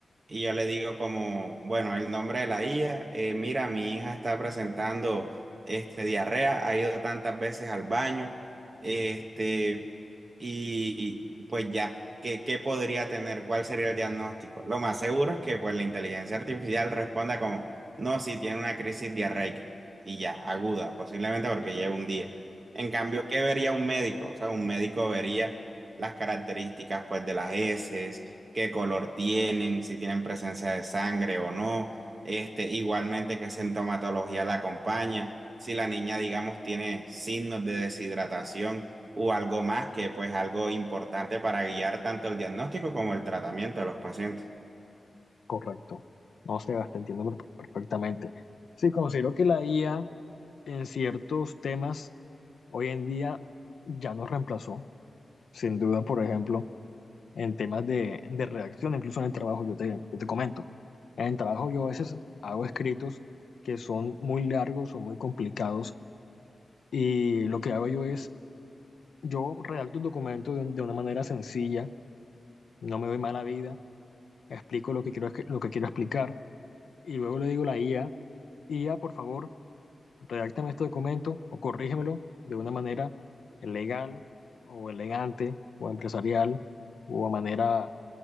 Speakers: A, on the right; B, on the left.
A: Y yo le digo como, bueno, el nombre de la hija, eh, mira, mi hija está presentando este, diarrea, ha ido tantas veces al baño, este... Y pues ya, ¿qué, qué podría tener? ¿Cuál sería el diagnóstico? Lo más seguro es que pues la inteligencia artificial responda como, no, si tiene una crisis diarreica y ya, aguda, posiblemente porque lleva un día. En cambio, ¿qué vería un médico? O sea, un médico vería las características pues de las heces, qué color tienen, si tienen presencia de sangre o no, este, igualmente qué sintomatología la acompaña, si la niña, digamos, tiene signos de deshidratación o algo más que pues algo importante para guiar tanto el diagnóstico como el tratamiento de los pacientes.
B: Correcto. No, Sebas, te entiendo per- perfectamente. Sí, considero que la IA en ciertos temas hoy en día ya nos reemplazó, sin duda, por ejemplo, en temas de, de redacción, incluso en el trabajo, yo te, yo te comento. En el trabajo yo a veces hago escritos que son muy largos o muy complicados y lo que hago yo es, yo redacto el documento de, un- de una manera sencilla, no me doy mala vida, explico lo que quiero, es que- lo que quiero explicar y luego le digo a la IA, IA, por favor redáctame este documento o corrígemelo de una manera legal o elegante o empresarial o a manera